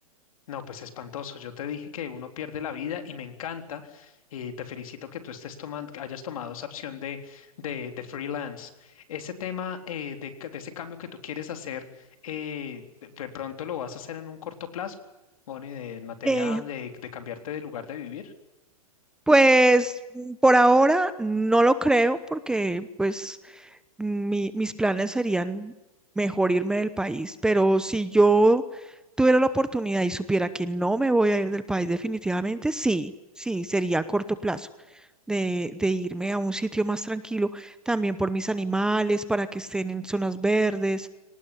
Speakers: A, on the left; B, in the centre.
A: no, pues espantoso. Yo te dije que uno pierde la vida y me encanta. eh, te felicito que tú estés tomando, que hayas tomado esa opción de, de, de freelance. Ese tema eh, de, ca- de ese cambio que tú quieres hacer, eh, de, de pronto lo vas a hacer en un corto plazo, Moni, de, en materia
B: Eh,
A: de, de cambiarte de lugar de vivir.
B: pues mm, por ahora no lo creo, porque pues mi- mis planes serían mejor irme del país, pero si yo tuviera la oportunidad y supiera que no me voy a ir del país definitivamente, sí, sí, sería a corto plazo de, de irme a un sitio más tranquilo, también por mis animales, para que estén en zonas verdes,